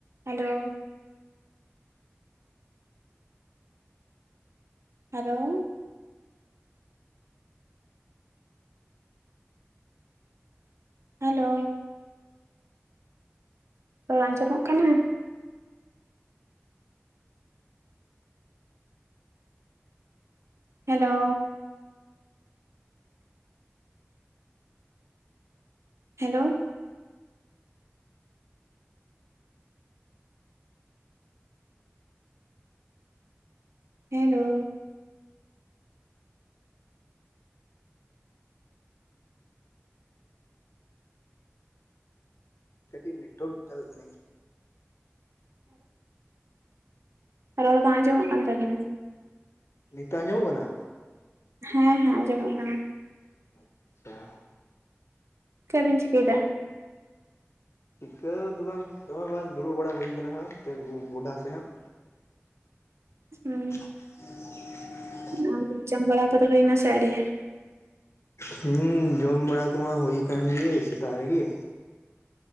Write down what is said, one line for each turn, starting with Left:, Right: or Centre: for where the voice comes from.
Right: Hello hello hello ᱨᱚᱲ ᱟᱸᱡᱚᱢᱚᱜ ᱠᱟᱱᱟ? ᱦᱮᱞᱳ ᱦᱮᱞᱳ ᱦᱮᱞᱳ
Left: ᱠᱟᱹᱴᱤᱡ ᱱᱮᱴᱣᱟᱨᱠ ᱰᱤᱥᱴᱟᱯ ᱛᱟᱵᱮᱫ ᱛᱟᱹᱞᱤᱧᱟ
Right: ᱟᱨ ᱨᱚᱲ ᱵᱟᱝ ᱟᱸᱡᱚᱢᱚᱜ ᱠᱟᱱ ᱛᱟᱵᱤᱱᱟ
Left: ᱱᱤᱛᱚᱜ ᱟᱸᱡᱚᱢᱚᱜ ᱠᱟᱱᱟ
Right: ᱦᱮᱸ ᱦᱮᱸ ᱟᱸᱡᱚᱢᱚᱜ ᱠᱟᱱᱟ
Left: ᱟᱪᱪᱷᱟ
Right: ᱪᱮᱵᱤᱱ ᱪᱤᱠᱟᱹᱭᱫᱟ
Left: ᱪᱤᱠᱟᱹ ᱫᱚ ᱵᱟᱝ ᱪᱤᱠᱟᱹ ᱦᱚᱸ ᱵᱟᱝ ᱫᱩᱲᱩᱵ ᱵᱟᱲᱟ ᱦᱩᱭ ᱟᱠᱟᱱᱟ ᱮᱱᱛᱮᱫ ᱜᱚᱰᱟ ᱥᱮ ᱦᱟᱸᱜ
Right: ᱦᱩᱸ
Left: <inaudible>
Right: ᱟᱨ ᱡᱚᱢ ᱵᱟᱲᱟ ᱠᱚᱫᱚ ᱦᱩᱭᱱᱟ ᱥᱮ ᱟᱣᱨᱤ
Left: ᱦᱩᱸ ᱡᱚᱢ ᱵᱟᱲᱟ ᱠᱚᱢᱟ ᱦᱩᱭ ᱟᱠᱟᱱ ᱜᱮ ᱥᱮᱛᱟᱜ ᱨᱮᱜᱮ᱾